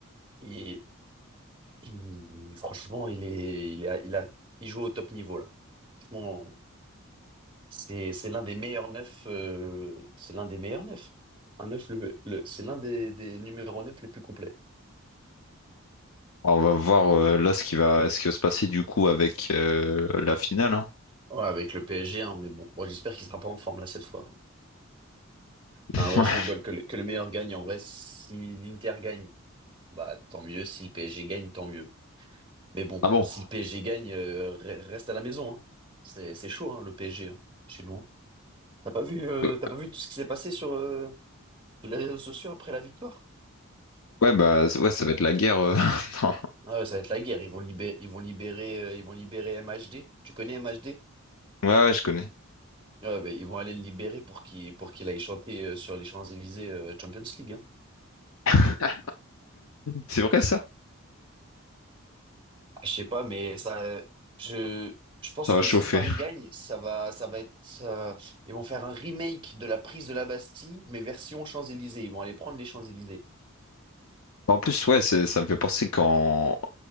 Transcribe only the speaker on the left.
Alors, on va voir euh, là ce qui va, ce qui va se passer du coup avec euh, la finale. hein.
<laughs>
Ah bon?
Euh,
Ouais, bah, c- ouais, ça va être la guerre. euh. <laughs> non.
Ouais, ouais, je connais.
<laughs> C'est vrai ça?
Ça va
chauffer.
En plus, ouais, c'est- ça me fait penser qu'en